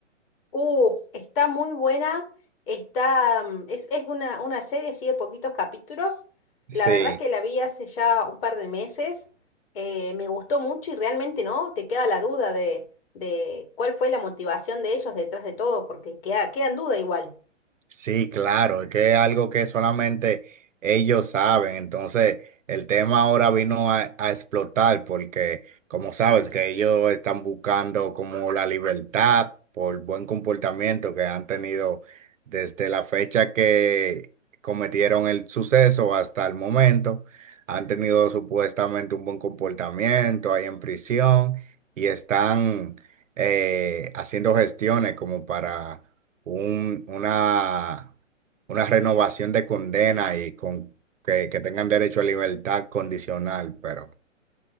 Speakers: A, on the left; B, on the right.
A: Uf, está muy buena. Está, mm, es, es una, una serie así de poquitos capítulos. La
B: Sí.
A: verdad que la vi hace ya un par de meses. eh, me gustó mucho y realmente no, te queda la duda de, de cuál fue la motivación de ellos detrás de todo, porque queda, queda en duda igual.
B: Sí, claro, es que es algo que solamente ellos saben. Entonces, el tema ahora vino a, a explotar porque, como sabes, que ellos están buscando como la libertad por buen comportamiento que han tenido desde la fecha que cometieron el suceso hasta el momento. Han tenido supuestamente un buen comportamiento ahí en prisión y están eh, haciendo gestiones como para un- una, una renovación de condena y con que, que tengan derecho a libertad condicional, pero